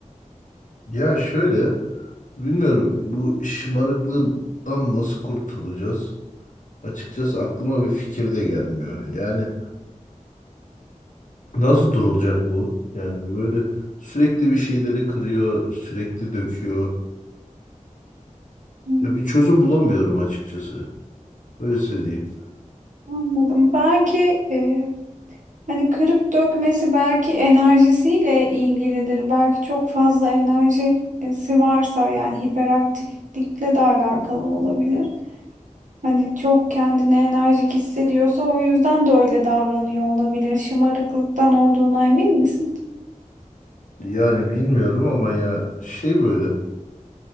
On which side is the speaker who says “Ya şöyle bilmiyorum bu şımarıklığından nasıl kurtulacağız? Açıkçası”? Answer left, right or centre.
Left